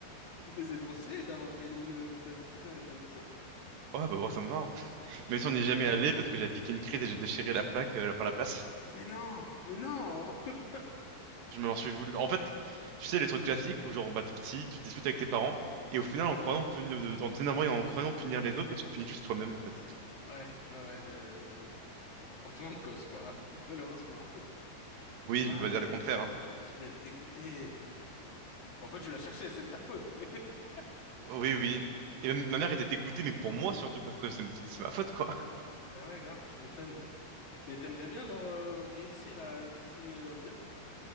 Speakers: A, on the left; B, on the right.
A: Mais c'est trop stylé d'avoir gagné une euh, place Disney avec un dessin.
B: Ouais, bah, bon, ça me va. hein. Même
A: J'adore.
B: si on n'est jamais allé parce que j'avais piqué une crise et j'ai déchiré la plaque, euh, enfin, la place.
A: Mais non, mais non! <laughs>
B: Je m'en suis voulu. En fait, tu sais, les trucs classiques où genre, bah, t'es petit, tu discutes avec tes parents. Et au final, en croyant punir, euh, en t'énervant et en croyant punir les autres, bah, tu te punis juste toi-même, en fait.
A: Ouais, ouais, ouais, de- euh, un comportement de gosse, quoi, <laughs> malheureusement.
B: Oui,
A: Ah,
B: je peux pas
A: deg.
B: dire le contraire, hein.
A: Tu devais être dégoûté. Bon, après, tu l'as cherché, c'est de ta faute. mais- <laughs>
B: Oui, oui. Et même- ma mère était dégoûtée, mais pour moi surtout, parce que c'est c'est- c'est ma faute, quoi.
A: Bah ouais, grave, tu m'étonnes. Mais t'aimerais bien, genre, euh, réussir à dessiner euh, bien?